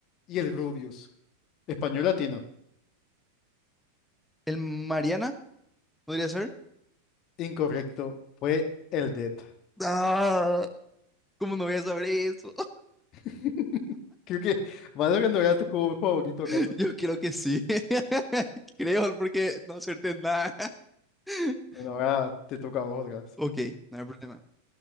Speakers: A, on the left; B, in the centre.
A: y el Rubius. Español latino.
B: el Mariana? ¿Podría ser?
A: Incorrecto, fue el Dead.
B: Ah, ¿cómo no voy a saber eso?
A: <laughs> Creo que Valorant no era tu juego favorito, ¿acaso?
B: <laughs> Yo creo que sí. <laughs> Creo, porque no acerté nada. <laughs>
A: Bueno, ahora te toca a vos otra vez.
B: Ok, no hay problema.